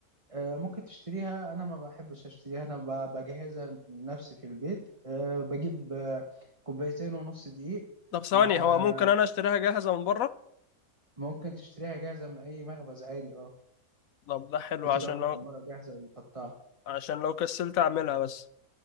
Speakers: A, on the right (about 20°); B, on the left (about 70°).
A: آه، ممكن تشتريها انا ما بحبش اشتريها انا ب- بجهزها لنفسي في البيت آه، بجيب آه، كوبايتين ونص دقيق
B: طب ثواني
A: مع آه،
B: هو ممكن انا اشتريها جاهزة من بره
A: ممكن تشتريها جاهزة من اي مخبز عادي اه
B: طب ده حلو
A: بتبقى
B: عشان
A: متمرة
B: لو
A: جاهزة ومتقطعة
B: عشان لو كسلت اعملها بس